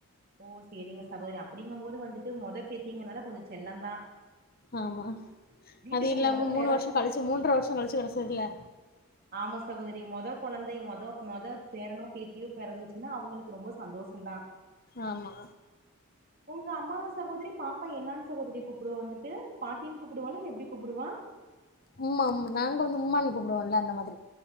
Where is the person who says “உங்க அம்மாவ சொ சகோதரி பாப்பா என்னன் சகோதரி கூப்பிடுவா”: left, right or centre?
Right